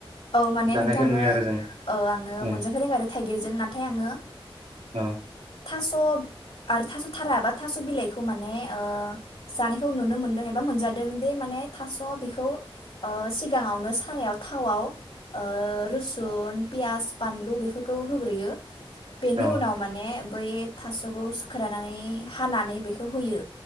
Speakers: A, on the left; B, on the right.
A: औ माने
B: जानायखौ
A: नोंथाङा
B: नुयो
A: आङो
B: आरो जों
A: औ आङो
B: औ
A: मोनजाफेराखै आरो थाइगिरजों नाथाय आङो
B: औ
A: थास' आरो थास' थारा एबा थास' बिलाइखौ माने जानायखौ नुनो मोनदों एबा मोनजादों दि माने थास' बेखौ ओ सिगाङावनो सारायाव थावआव ओ रुसुन पियास बानलु बेफोरखौ होग्रोयो बेनि
B: औ
A: उनाव माने बै थास' खौ सुखानानै <unintelligible> हानानै बेखौ होयो